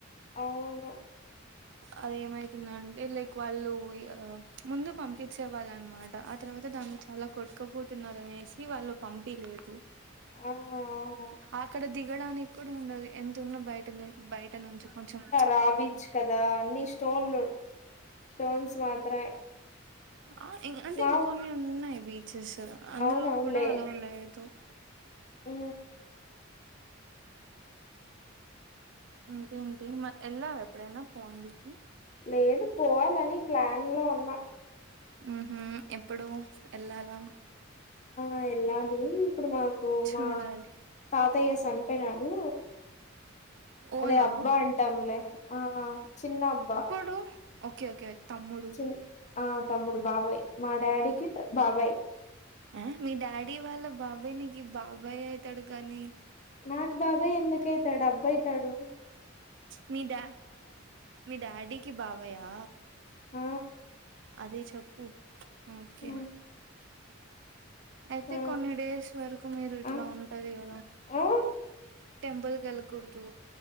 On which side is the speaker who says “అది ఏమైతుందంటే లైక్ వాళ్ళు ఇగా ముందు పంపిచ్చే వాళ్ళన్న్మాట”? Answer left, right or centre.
Right